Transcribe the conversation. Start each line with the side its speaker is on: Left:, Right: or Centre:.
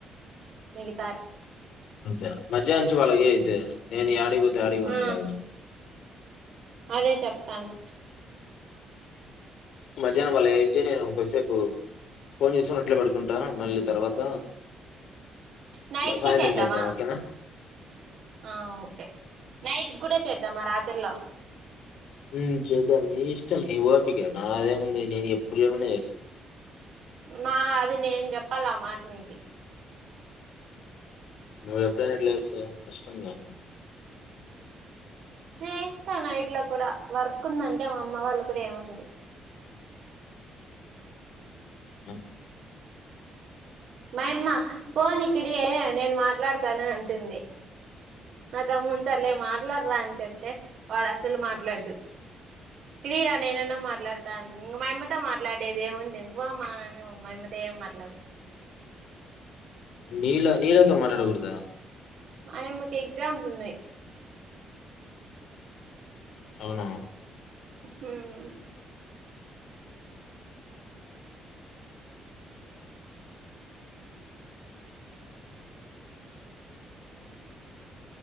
Right: మిగతాయి
Left: అంతేనా మధ్యాహ్నం నుంచి వాళ్ళకి చెయ్యి అయితే, నేన్ యాడికిపోతే, ఆడికిపోని
Right: ఆ
Left: ఎలా ఉం
Right: అదే చెప్తాన్న.
Left: మధ్యాహ్నం వాళ్ళకి <unintelligible> నేను కొద్ది సేపు ఫోన్ చేస్కుని అట్లే పడుకుంటా, మళ్ళీ తర్వాత
Right: నైట్కిి
Left: సాయంత్రం
Right: చేద్దామా,
Left: చేద్దాం ఓకేనా
Right: ఆ ఓకే. నైట్కి గుడా చేద్దామా, రాతిరీలో
Left: ఉమ్ చూద్దాం నీ ఇష్టం నీ ఓపిక, నాదేముంది నేను ఎప్పుడు చెయ్యమన్నా చేస్తా.
Right: నా అది నేన్ జెప్పాల, ఆ మాట నీకి.
Left: నువ్ ఎపుడైన ఎట్లా చేస్తావ్ కష్టంగా.
Right: చేస్తా నైట్ లో కూడా, వర్క్ ఉందంటే మా అమ్మ వాళ్ళు కూడా ఏం అన్రూ.
Left: ఉమ్
Right: మా యమ్మ, పోన్ ఇక్కడియే నేను మాట్లాడతాను అంటుంది. మా తమ్మునితో అలె మాట్లాడరా అని చెప్తే, వాడు అసలు మాట్లాడ్డు. ఇక్డీరా నేనన్నా మాట్లాడతా అంటే, మా యమ్మతో మాట్లాడేదే ఏం ఉంటుంది. ఓ మాయన మా యమ్మతో ఏం మాట్లాడ్డు.
Left: నీల, నీలతో మాట్లాడకుడదా.
Right: ఆ యమ్మీ కి ఎగ్జామ్స్ ఉన్నాయి.
Left: అవునా
Right: హుమ్